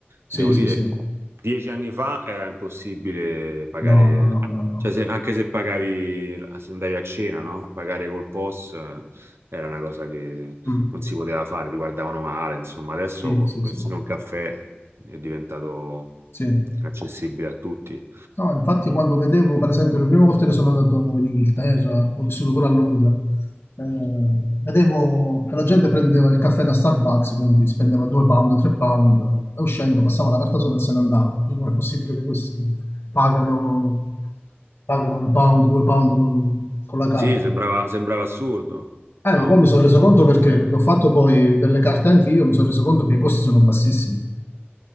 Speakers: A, on the left (about 70°); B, on the right (about 70°).
A: Sì,
B: devo
A: sì,
B: dire,
A: sì.
B: dieci anni fa era impossibile pagare,
A: No, no, no, no, no.
B: cioè se- anche se pagavi, se andavi a cena, no? Pagare col POS eh, era una cosa che
A: Mm.
B: non si poteva fare, ti guardavano male, insomma, adesso
A: Sì, sì,
B: persino
A: sì.
B: un caffè è diventato
A: Sì.
B: accessibile a tutti.
A: No, infatti quando vedevo, per esempio, le prime volte che sono andato in Inghilterra, ho vissuto pure a Londra, eh, vedevo che la gente prendeva il caffè da Starbucks, quindi spendeva 2 pound, 3 pound, e uscendo passava la carta sopra e se ne andava. Dico, è possibile che questi pagano, pagano un pound, 2 pound con, con la carta?
B: Sì, sembrava, sembrava assurdo,
A: Eh,
B: no?
A: ma poi mi sono reso conto perché, perché ho fatto poi delle carte anche io, mi sono reso conto che i costi sono bassissimi.